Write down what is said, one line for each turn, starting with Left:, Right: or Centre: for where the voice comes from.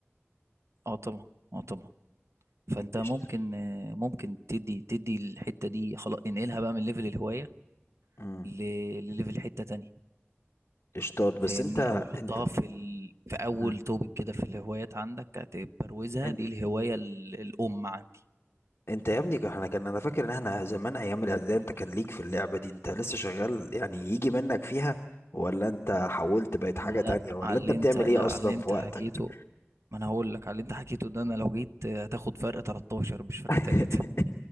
Right: اه طبعا اه طبعا فانت
Left: قشطة
Right: ممكن آه، ممكن تدي تدي الحته دي خلاص انقلها بقى من ليفل الهوايه
Left: مم.
Right: ل- لليفل حته تانية
Left: قشطات بس
Right: فاهمني
Left: انت
Right: او حطها
Left: انت
Right: في ال... في اول
Left: مم.
Right: توبك كده في الهوايات عندك تبروزها
Left: ان-
Right: دي الهوايه ال... الام عندي
Left: انت يا ابني احنا كان انا فاكر ان احنا زمان ايام الاعداديه انت كان ليك في اللعبه دي انت لسه شغال يعني يجي منك فيها ولا انت حولت بقيت حاجه تانية
Right: لا
Left: ولا
Right: على
Left: انت
Right: اللي
Left: بتعمل
Right: انت لا
Left: ايه اصلا
Right: على اللي انت
Left: في وقتك
Right: حكيته ما انا هقول لك على اللي انت حكيته ده انا لو جيت آه، هتاخد فرق 13 مش فرق
Left: <laughs>
Right: 3